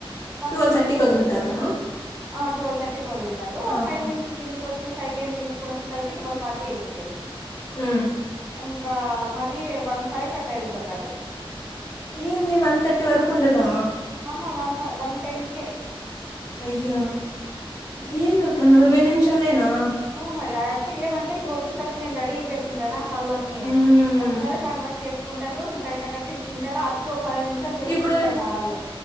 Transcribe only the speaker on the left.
టువెల్ థర్టీకి వదులుతారా
ఆహా.
ఊ
ఏంది వన్ థర్టీ వరకు ఉండదా
అయ్యా ఏందక్క నలభై నిమిషాలేనా
మ్మ్.
ఇప్పుడు